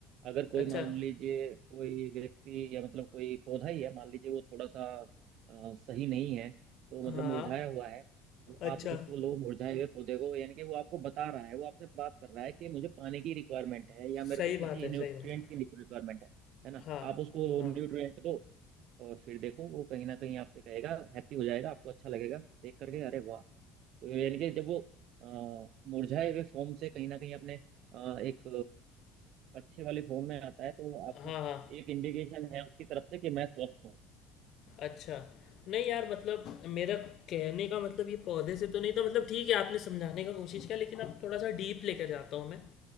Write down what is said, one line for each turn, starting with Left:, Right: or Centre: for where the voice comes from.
Right: अगर कोई
Left: अच्छा
Right: मान लीजिए कोई व्यक्ति या मतलब कोई पौधा ही है मान लीजिए वो थोड़ा सा अ, सही नहीं है तो मतलब
Left: हाँ
Right: मुरझाया हुआ है तो
Left: अच्छा
Right: आप उसको लो मुरझाए हुए पौधे को यानी कि वो आपको बता रहा है वो आपसे बात कर रहा है कि मुझे पानी की रिक्वायरमेंट है या मेरे
Left: सही
Right: को किसी
Left: बात है
Right: न्यूट्रिएंट
Left: सही बात है
Right: की रिक्वायरमेंट है है ना
Left: हाँ
Right: आप उसको
Left: हाँ
Right: न्यूट्रिएंट दो और फिर देखो वो कहीं ना कहीं आपसे कहेगा हैप्पी हो जाएगा आपको अच्छा लगेगा देख करके अरे वाह तो यानी कि जब वो अ, मुरझाए हुए फॉर्म से कहीं ना कहीं अपने अ, एक अच्छे वाले फॉर्म में आता है तो आपको
Left: हाँ हाँ
Right: एक इंडिकेशन है उसकी तरफ से कि मैं स्वस्थ हूँ
Left: अच्छा नहीं यार मतलब मेरा कहने का मतलब ये पौधे से तो नहीं था मतलब ठीक है आपने समझाने का कोशिश किया लेकिन अब थोड़ा सा डीप लेकर जाता हूँ मैं